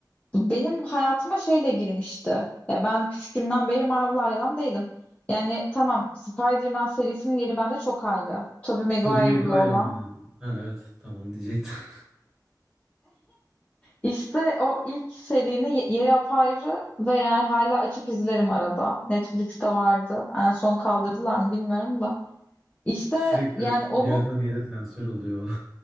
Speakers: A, on the left (about 15°); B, in the centre.
A: Benim hayatıma şeyle girmişti. Ya ben küçüklüğümden beri Marvel hayran değilim. Yani tamam Spider-Man serisinin yeri bende çok ayrı. Tobey Maguire'la
B: Tobey Maguire'ın
A: olan.
B: oynadı. Ha, evet, tamam diyecektim. <laughs>
A: İşte o ilk serinin ye- yeri apayrı ve yani hala açıp izlerim arada. Netflix'te vardı. En son kaldırdılar mı bilmiyorum da. İşte
B: Sürekli
A: yani onun
B: bir yerden bir yere transfer oluyor.